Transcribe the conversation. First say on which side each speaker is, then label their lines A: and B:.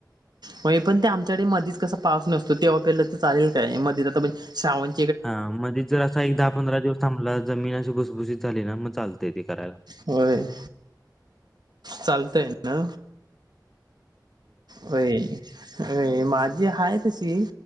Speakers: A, on the right; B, in the centre.
A: होय पण ते आमच्याकडे मधीच कसं.. पाऊस नसतो तवा पेरल तर चालेल काय मध्ये आता पण श्रावण..
B: हा मध्ये जर असा एक दहा पंधरा दिवस थांबला जमीन अशी भुसभुशीत झाली ना मग चालतेय ते करायला.
A: होय.
B: <inaudible>
A: चालतय ना. होय अ माझी हाय.. तशी